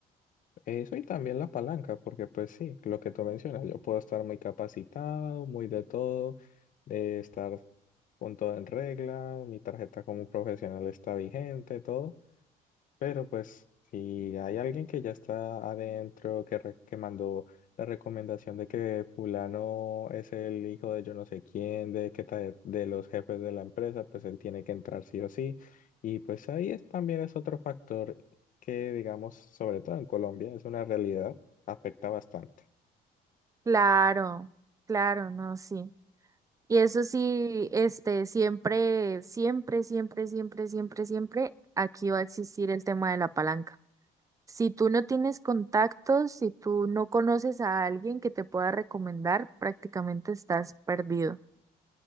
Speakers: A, on the left; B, on the right.
A: Eso y también la palanca, porque pues sí, lo que tú mencionas, yo puedo estar muy capacitado, muy de todo, de estar con todo en regla, mi tarjeta como profesional está vigente, todo. Pero pues si hay alguien que ya está adentro, que, re- que mandó la recomendación de que fulano es el hijo de yo no sé quién, de, que ta- de los jefes de la empresa, pues él tiene que entrar sí o sí. Y pues ahí es, también es otro factor que, digamos, sobre todo en Colombia, es una realidad, afecta bastante.
B: Claro, claro, no, sí. Y eso sí, este, siempre, siempre, siempre, siempre, siempre, siempre, aquí va a existir el tema de la palanca. Si tú no tienes contactos, si tú no conoces a alguien que te pueda recomendar, prácticamente estás perdido.